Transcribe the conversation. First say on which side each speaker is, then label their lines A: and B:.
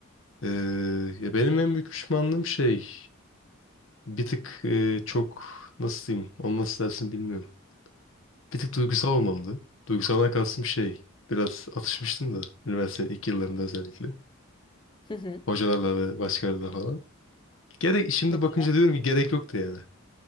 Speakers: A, on the left; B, on the left.
A: E, ya benim en büyük pişmanlığım şey bir tık e, çok nasıl diyeyim onu nasıl dersin bilmiyorum. Bir tık duygusal olmamdı. Duygusaldan kastım şey biraz atışmıştım da üniversitenin ilk yıllarında özellikle.
B: Hı hı.
A: Hocalarla ve başkalarıyla falan. Gerek, şimdi
B: Hadi.
A: bakınca diyorum ki gerek yoktu yani.